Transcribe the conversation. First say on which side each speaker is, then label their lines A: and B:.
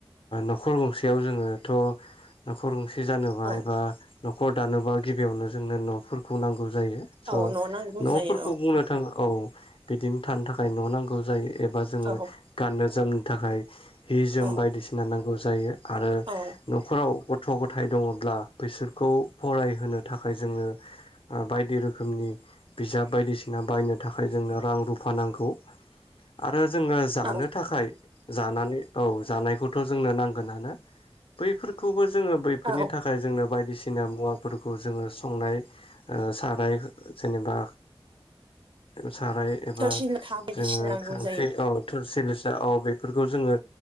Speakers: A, on the left; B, on the right.
A: न'खर गंसेयाव जोङोथ' न'खर गंसे जानोबा
B: औ
A: एबा न'खर दानोबा गिबियावनो जोंनो न'फोरखौ नांगौ जायो। स'
B: औ न' नांगौ
A: न'फोरखौ
B: जायो औ
A: बुंनो थाङोबा औ! बिदिनो थानो थाखाय न' नांगौ जायो एबा जोङो
B: औ
A: गाननो जोमनो थाखाय हि जोम
B: औ
A: बायदिसिना नांगौ जायो आरो
B: औ
A: न'खराव गथ' गथाय दङब्ला। बिसोरखौ फरायहोनो थाखाय जोङो बायदि रोखोमनि बिजाब बायदिसिना बायनो थाखाय जोंनो रां रुफा नांगौ। आरो जोङो जानो
B: औ
A: थाखाय जानानै औ जानायखौथ' जोंनो नांगोनानो। बैफोरखौबो जोङो बैफोरनि
B: औ
A: थाखाय जोंनो बायदिसिना बायसिना मुवाफोरखौ जोङो संनाय सारायाव। जेनेबा साराय एबा
B: थोरसि लथा बायदिसिना
A: जोङो
B: नांगौ
A: खांख्रि
B: जायो
A: औ थोरसि लसा औ बेफोरखौ बेखौ जोङो